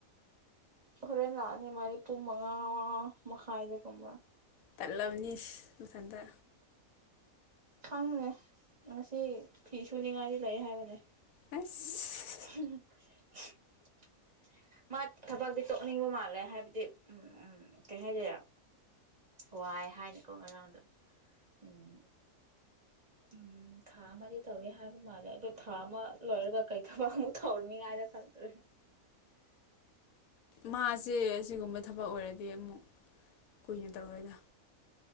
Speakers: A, on the right; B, on the left.
A: ꯍꯣꯔꯦꯟ ꯂꯥꯛꯑꯅꯤ ꯃꯥꯗꯤ ꯄꯨꯡ ꯃꯉꯥ ꯃꯈꯥꯏꯗꯨꯒꯨꯝꯕ
B: ꯇꯠꯂꯝꯕꯅꯤ ꯃꯊꯟꯇ
A: ꯈꯪꯅꯦꯦ ꯉꯁꯤ ꯐꯤ ꯁꯨꯅꯤꯉꯥꯏꯗꯤ ꯂꯩ ꯍꯥꯏꯕꯅꯦ <unintelligible>
B: ꯑꯁ
A: ꯃꯥ ꯊꯕꯛꯇꯤ ꯇꯣꯛꯅꯤꯡꯕ ꯃꯥꯜꯂꯦ ꯍꯥꯏꯕꯗꯤ ꯎꯝ ꯎꯝ ꯀꯩ ꯍꯥꯏꯗꯦ ꯋꯥꯏ ꯍꯥꯏꯅꯤꯀꯣ ꯉꯔꯥꯡꯗꯣ ꯎꯝ ꯎꯝ ꯊꯥ ꯑꯃꯗꯤ ꯇꯧꯏꯦ ꯍꯥꯏꯕ ꯃꯥꯜꯂꯦ ꯑꯗꯣ ꯊꯥ ꯑꯃ ꯂꯣꯏꯔꯒ ꯀꯩꯗꯕ ꯑꯃꯨꯛ ꯊꯧꯔꯅꯤꯉꯥꯏꯅ ꯈꯪꯗ꯭ꯔꯦ
B: ꯃꯥꯁꯦ ꯑꯁꯤꯒꯨꯝꯕ ꯊꯕꯛ ꯑꯣꯏꯔꯗꯤ ꯑꯃꯨꯛ ꯀꯨꯏꯅ ꯇꯧꯔꯣꯏꯗ